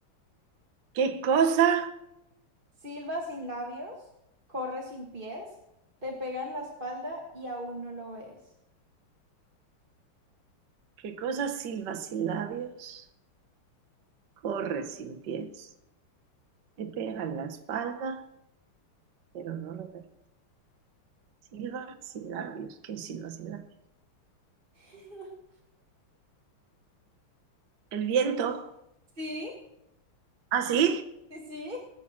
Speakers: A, on the right; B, on the right.
A: ¿Qué cosa
B: Silba sin labios, corre sin pies, te pega en la espalda y aún no lo ves.
A: ¿Qué cosa silba sin labios? Corre sin pies. Le pega en la espalda, pero no lo ve. Silba sin labios. ¿Quién silba sin labios?
B: <laughs>
A: El viento.
B: Sí,
A: ¿Así?
B: sí, sí,